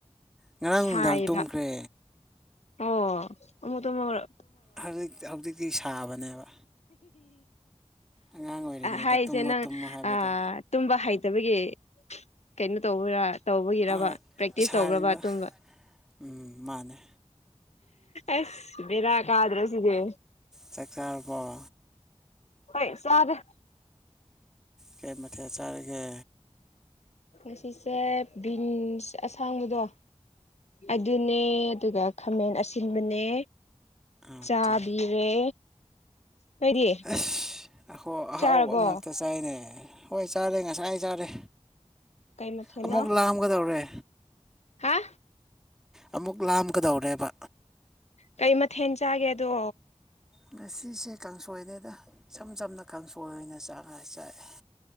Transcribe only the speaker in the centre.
ꯉꯔꯥꯡ
ꯅꯨꯡꯗꯥꯡ ꯇꯨꯝꯈ꯭ꯔꯦ
ꯍꯧꯖꯤꯛ ꯍꯧꯖꯤꯛꯇꯤ ꯁꯥꯕꯅꯦꯕ ꯑꯉꯥꯡ ꯑꯣꯏꯔꯤꯉꯩꯗ
ꯇꯨꯝꯃꯣ
ꯇꯨꯝꯃꯣ ꯍꯥꯏꯕꯗꯣ
ꯍꯣꯏ
ꯁꯥꯔꯤꯕ
ꯎꯝ ꯃꯥꯅꯦ
ꯆꯥꯛ ꯆꯥꯔꯕꫭ
ꯀꯩ ꯃꯊꯦꯜ ꯆꯥꯔꯒꯦ
ꯑꯠꯆꯥ
ꯑꯁ ꯑꯩꯈꯣꯏ ꯑꯍꯥꯎꯕ
ꯉꯥꯛꯇ ꯆꯥꯏꯅꯦ ꯍꯣꯏ ꯆꯥꯔꯦ ꯉꯁꯥꯏ ꯆꯥꯔꯦ
ꯑꯃꯨꯛ ꯂꯥꯝꯒꯗꯧꯔꯦ
ꯑꯃꯨꯛ ꯂꯥꯝꯒꯗꯧꯔꯦꯕ
ꯉꯁꯤꯁꯦ ꯀꯥꯡꯁꯣꯏꯅꯤꯗ ꯏꯁꯝ ꯆꯝꯅ ꯀꯥꯡꯁꯣꯏ ꯑꯣꯏꯅ ꯆꯥꯛꯉꯒ ꯆꯥꯏꯑꯦ